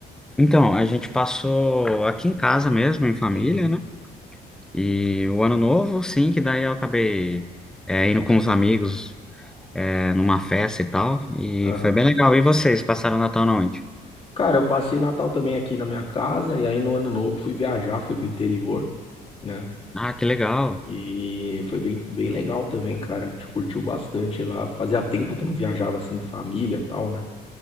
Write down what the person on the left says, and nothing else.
Uhum.
Aham.
Cara, eu passei Natal também aqui na minha casa, e aí no Ano Novo fui viajar, fui pro interior, né?
E foi bem, bem legal também, cara. A gente curtiu bastante lá. Fazia tempo que não viajava assim, em família e tal, né?